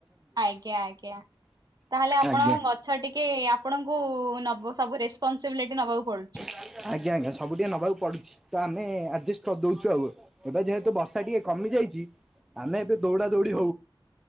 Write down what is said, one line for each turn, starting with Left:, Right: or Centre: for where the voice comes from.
Right: ଆଜ୍ଞା ଆଜ୍ଞା, ତା'ହେଲେ ଆପଣ
Centre: ଆଜ୍ଞା।
Right: ଗ ଟିକେ ଆପଣଙ୍କୁ---ସବୁ ରେସ୍‌ପନ୍ସବିଲିଟି ନବାକୁ ପଡୁଚି।
Centre: ଆଜ୍ଞା ଆଜ୍ଞା, ସବୁ ଟିକେ ନବାକୁ ପଡୁଚି ତ ଆମେ ଆ---ଷ୍ଟ୍ କର୍ ଦଉଚୁ ଆଉ। ଏବେ ଯେହେତୁ ବର୍ଷା ଟିକେ କମି ଯାଇଚି, ଆମେ ଏବେ ଦୌଡ଼ା ଦୌଡ଼ି